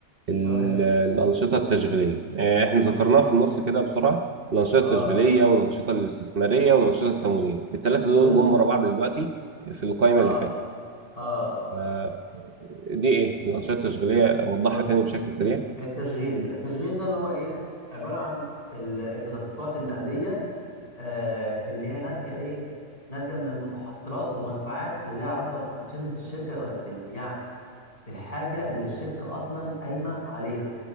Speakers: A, on the right; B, on the left.
A: ال-
B: تمام
A: الأنشطة التشغيلية آه احنا ذكرناها في النص كده بسرعة الأنشطة
B: اه
A: التشغيلية
B: اه
A: والأنشطة الاستثمارية والأنشطة التمويلية الثلاثة دول
B: بالظبط
A: جم ورا بعض دلوقتي في القائمة
B: اه
A: اللي فاتت
B: اه آه.
A: آه، دي ايه الأنشطة التشغيلية أوضحها
B: بص
A: تاني بشكل سريع
B: التشغيل ده التشغيل ده اللي هو ايه عباره عن ال- التدفقات النقديه آه اللي هي ناتجه ايه ناتجه من متحصلات ومدفوعات اللي لها علاقه بانشطه الشركه الرئيسيه يعني الحاجه اللي الشركه اصلا قايمه عليها